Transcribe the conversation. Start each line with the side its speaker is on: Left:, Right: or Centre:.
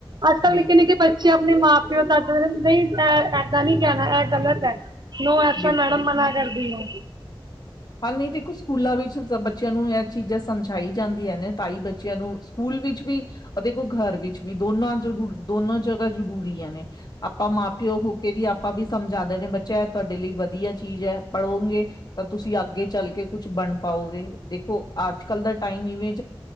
Right: ਅਜ ਕੱਲ
Left: ਬਿਲਕੁਲ
Right: ਇਕ ਨਿੱਕੇ ਨਿੱਕੇ ਬੱਚੇ ਆਪਣੇ ਮਾਂ ਉਹ ਸੱਤ ਵਚਨ, ਨਹੀਂ ਮੈਂ ਇਦਾਂ ਨਹੀ ਕੇਹਾ, ਐ ਗਲਤ ਐ ਨੂੰ ਐਸਾ,
Left: ਬਿਲਕੁਲ
Right: ਮੈਡਮ ਮਨਾ ਕਰਦੀ ਹੈ
Left: ਹਾਂ ਨੀ ਦੇਖੋ, ਸਕੂਲਾਂ ਵਿੱਚ ਬੱਚਿਆਂ ਨੂੰ। ਚੀਜ਼ਾਂ ਸਮਝਾਈ ਜਾਂਦੀਆਂ ਨੇ, ਤਾਂ ਹੀ ਬੱਚਿਆਂ ਨੂੰ ਸਕੂਲ ਵਿੱਚ ਵੀ ਅੱਧੀ ਘਰ ਵਿੱਚ ਵੀ ਦੋਨਾਂ ਜ਼ਰੂ ਦੋਨੋ ਜਗ੍ਹਾ ਜ਼ਰੂਰੀਆਂ ਨੇ ਆਪਾਂ ਮਾਂ ਪਿਓ ਹੋ ਕੇ ਵੀ ਆਪਾਂ ਵੀ ਸਮਝਾਉਂਦੇ ਨੇ ਬੱਚਾ ਇਹ ਤੁਹਾਡੇ ਲਈ ਵਧੀਆ ਚੀਜ਼ ਹੈ, ਪੜੋਗੇ ਤੁਸੀਂ ਅੱਗੇ ਚੱਲ ਕੇ, ਕੁਛ ਬਣ ਪਾਓਗੇ। ਦੇਖੋ ਅੱਜ ਕੱਲ ਦਾ ਟਾਈਮ ਇਵੇਂ